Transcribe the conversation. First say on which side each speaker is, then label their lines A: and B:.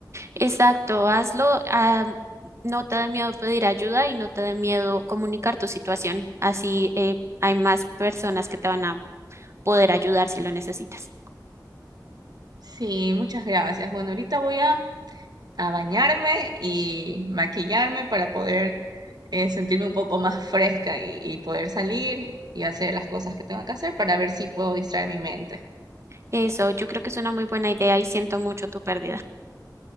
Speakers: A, on the right; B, on the right.
A: Exacto, hazlo, ah, no te dé miedo pedir ayuda y no te dé miedo comunicar tu situación, así eh, hay más personas que te van a poder ayudar si lo necesitas.
B: Sí, muchas gracias. Bueno, ahorita voy a a bañarme y maquillarme para poder eh, sentirme un poco más fresca y, y poder salir y hacer las cosas que tengo que hacer para ver si puedo distraer mi mente.
A: Eso, yo creo que es una muy buena idea y siento mucho tu pérdida.